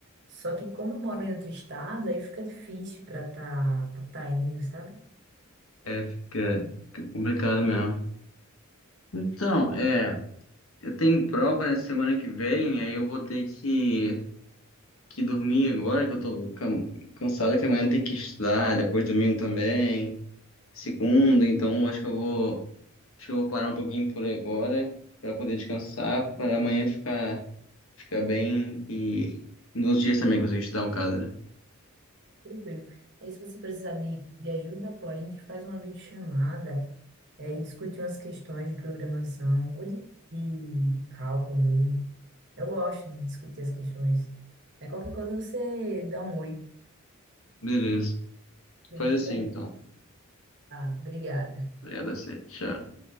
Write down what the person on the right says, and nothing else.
Só que como eu moro em outro estado, aí fica difícil para tá, para tá indo, sabe?
É
Tranquilo. Aí se você precisar de, de ajuda, pô, a gente faz uma videochamada, é, e discute umas questões de programação ou de, de, de cálculo mesmo. Eu gosto de discutir as questões. É qualquer coisa você dá um oi,
beleza,
Gabriel?
Ah, obrigada.